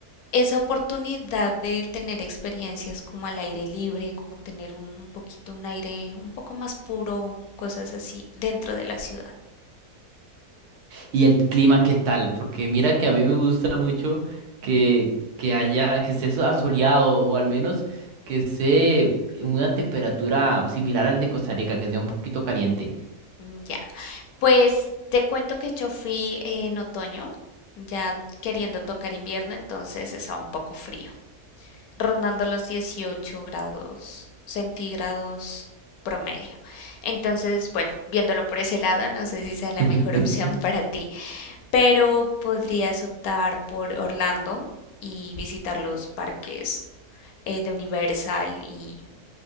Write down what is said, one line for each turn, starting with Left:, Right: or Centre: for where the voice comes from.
Left: esa oportunidad de tener experiencias como al aire libre, como tener un, un poquito un aire un poco más puro, cosas así, dentro de la ciudad.
Right: ¿Y el clima qué tal? Porque mira que a mí me gusta mucho que, que haya, que esté so- asoleado o al menos que esté en una temperatura similar al de Costa Rica, que sea un poquito caliente.
Left: Mm, Ya. Pues te cuento que yo fui eh, en otoño, ya queriendo tocar invierno, entonces estaba un poco frío, rondando los 18 grados centígrados promedio. Entonces, bueno, viéndolo por ese lado, no sé si sea la
Right: <laughs>
Left: mejor opción <laughs> para ti, pero podrías optar por Orlando y visitar los parques eh, de Universal y,